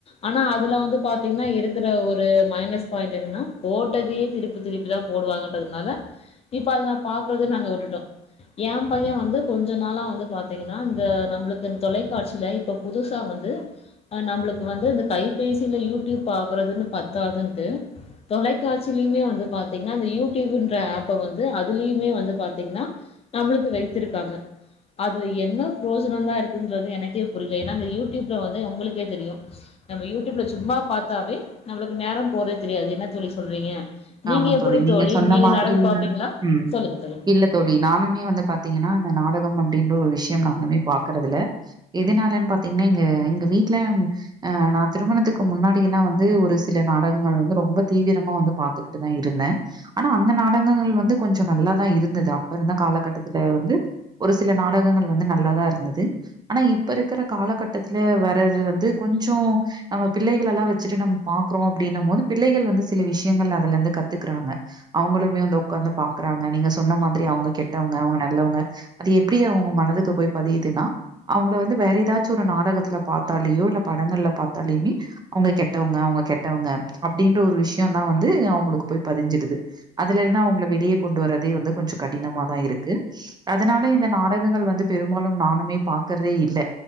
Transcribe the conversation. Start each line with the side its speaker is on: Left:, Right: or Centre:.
Left: ஆனா அதுல வந்து பாத்தீங்னா இருக்குற ஒரு மைனஸ் பாயிண்ட்டு என்னனா போட்டதியே திருப்பி திருப்பிதா போடுவாங்கன்றதனால இப்ப அத நாப் பாக்றதே நாங்க வுட்டுட்டோ ஏம் பைய வந்து கொஞ்ச நாளா வந்து பாத்தீங்கனா இந்த நம்ளுக்குன் தொலைக்காட்சில இப்ப புதுசா வந்து அ நம்ளுக்கு வந்து இந்த கைப்பேசில யூடியூப் ஆகறதுனு பத்தாதுன்ட்டு தொலைக்காட்சியிலயுமே வந்து பாத்தீங்கன்னா அந்த யூடியூப்ன்ற ஆப்ப வந்து அதுலயுமே வந்து பாத்தீங்கன்னா நம்மளுக்கு வைத்திருக்காங்க அதுல என்ன பிரயோஜனோ தா இருக்குன்றது எனக்கே புரில ஏன்னா அந்த யூடியூப்ல வந்து உங்களுக்கே தெரியு நம்ம யூடியூப்ல சும்மா பார்த்தாவே நம்ளுக்கு நேரோ போறே தெரியாது என்ன தோழி சொல்றீங்க நீங்க
Right: ஆமா
Left: எப்படி தோழி
Right: சொன்ன
Left: நீங்க
Right: மாதிரி
Left: நாடகம் பாப்பிங்களா
Right: ம்
Left: சொல்லுங்க தோழி
Right: இல்ல தோழி நானுமே வந்து பாத்தீங்கன்னா அந்த நாடகம் அப்படின்ற ஒரு விஷயம் நானுமே பாக்குறதுல எதுனாலன்னு பாத்தீங்கன்னா இங்க எங்க வீட்டு்ல அ நா திருமணத்துக்கு முன்னாடிய எல்லா வந்து ஒரு சில நாடகங்கள் வந்து ரொம்ப தீவிரமா வந்து பா த்துகிட்டு தா இருந்தே ஆனா அந்த நாடகங்கள் வந்து கொஞ்சொ நல்லாதா இருந்தது அப்ப இருந்த காலகட்டத்துல வந்து ஒரு சில நாடகங்கள் வந்து நல்லாதா இருந்தது ஆனா இப்ப இருக்கற காலகட்டத்துல வர்றது வந்து கொஞ்சோ நம்ம பிள்ளைகள்லல்லா வச்சிட்டு நம் பாக்குறோ அப்படின்னும் போது பிள்ளைகள் வந்து சில விஷயங்கள்ல அதுல இருந்து கத்துக்குறாங்க அவங்களுமே வந்து உக்காந்து பாக்குறாங்க நீங்க சொன்ன மாதிரி அவங்க கெட்டவங்க அவங்க நல்லவங்க அது எப்டி அவங்க மனதுக்கு போய் பதியுதுன்னா அவங்கள வந்து வேற ஏதாச்சு ஒரு நாடகத்துல பார்த்தாலயோ இல்ல படங்கள்ல பார்த்தாலையுமே அவுங்க கெட்டவங்க அவுங்க கெட்டவங்க அப்டின்ற ஒரு விஷயோ தா வந்து அவங்களுக்கு போய் பதிஞ்சிடுது அதுல இருந்தே அவங்கல வெளியே கொண்டு வர்றதே வந்து கொஞ்சொ கடினம தா இருக்கு அதனால இந்த நாடகங்கள் வந்து பெரும்பாலும் நானுமே பாக்குறதே இல்ல